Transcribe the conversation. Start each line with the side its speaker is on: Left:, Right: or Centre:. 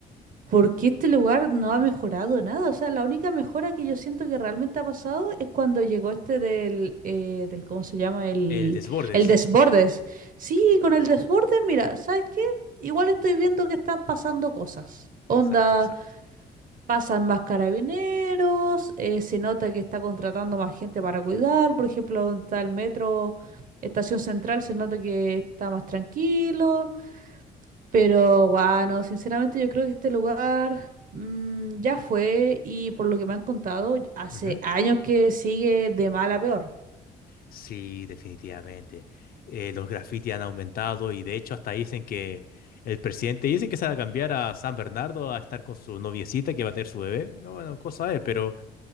Right: Porque este lugar no ha mejorado nada? O sea, la única mejora que yo siento que realmente ha pasado es cuando llegó este del, eh, del ¿cómo se llama? El,
Left: El desbordes.
Right: el Desbordes. Sí, con el Desbordes, mira, ¿sabes qué? Igual estoy viendo que están pasando cosas.
Left: Exacto,
Right: Onda,
Left: exacto.
Right: pasan más carabineros, eh, se nota que está contratando más gente para cuidar. Por ejemplo, donde está el metro, Estación Central, se nota que está más tranquilo. Pero, guau, no, sinceramente yo creo que este lugar mm, ya fue y por lo que me han contado, hace
Left: Ujú.
Right: años que sigue de mal a peor.
Left: Sí, definitivamente. Eh, los grafitis han aumentado y de hecho hasta dicen que el presidente dice que se va a cambiar a San Bernardo a estar con su noviecita que va a tener su bebé. Bueno, cosa de él, pero